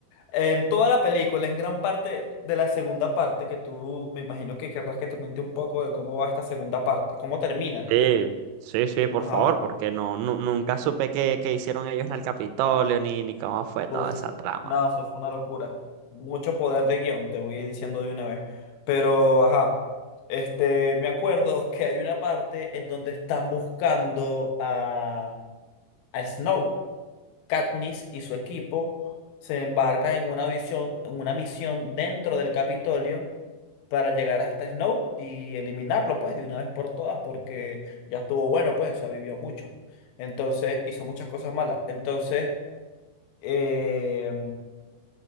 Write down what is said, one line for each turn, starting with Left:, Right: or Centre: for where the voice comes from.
Left: en toda la película, en gran parte de la segunda parte, que tú me imagino que querrás que te cuente un poco de cómo va esta segunda parte, cómo termina.
Right: Sí, sí, sí, por
Left: Ajá.
Right: favor, porque no, nu- nunca supe qué, qué hicieron ellos en el Capitolio, ni, ni cómo fue
Left: Uf.
Right: toda esa trama.
Left: Nada, eso fue una locura. Mucho poder de guión, te voy diciendo de una vez. Pero, ajá. Este, me acuerdo que hay una parte en donde están buscando a, a Snow. Katniss y su equipo se embarcan en una visión, en una misión dentro del Capitolio para llegar hasta Snow y eliminarlo, pues, de una vez por todas, porque ya estuvo bueno, pues, o sea, vivió mucho. Entonces, hizo muchas cosas malas. Entonces. Eh,